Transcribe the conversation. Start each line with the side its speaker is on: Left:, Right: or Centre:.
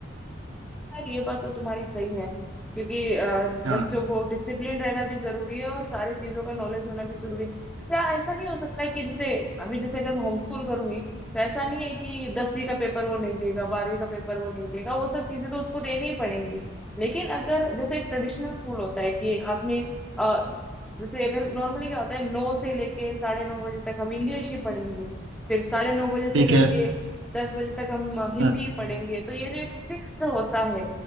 Centre: खैर ये बात तो तुम्हारी सही है क्योंकि अ,
Right: हाँ
Centre: बच्चों को डिसिप्लिन रहना भी जरूरी है और सारी चीजों का नॉलेज होना भी जरूरी है क्या ऐसा नहीं हो सकता कि जैसे अभी जैसे अगर मैं होम स्कूल करूंगी तो ऐसा नहीं है कि दसवीं का पेपर वो नहीं देगा बारहवीं का पेपर वो नहीं देगा वो सब चीजें तो उसको देनी ही पड़ेंगी लेकिन अगर जैसे एक ट्रेडिशनल स्कूल होता है कि आपने अ, जैसे अगर नॉर्मली क्या होता है नौ से लेके साढ़े नौ बजे तक हम इंग्लिश ही पढ़ेंगे फिर साढ़े नौ बजे से
Right: ठीक
Centre: लेके
Right: है
Centre: दस बजे तक हम हिंदी
Right: हाँ
Centre: ही पढ़ेंगे तो ये जो एक फिक्स्ड होता है